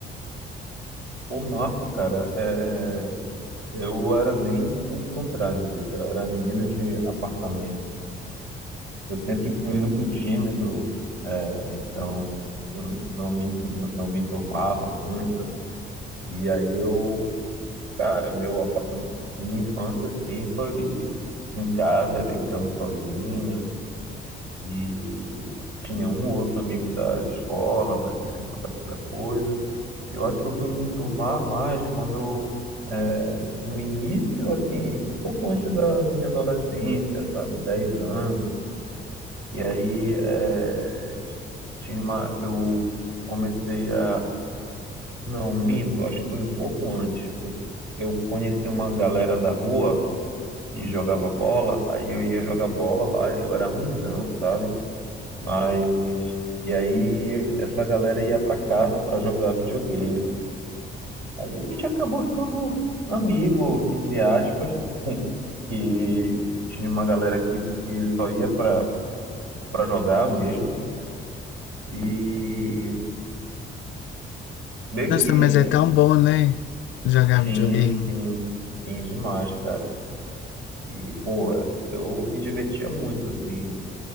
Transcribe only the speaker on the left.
Nossa,
mas é tão bom, né? Jogar
videogame.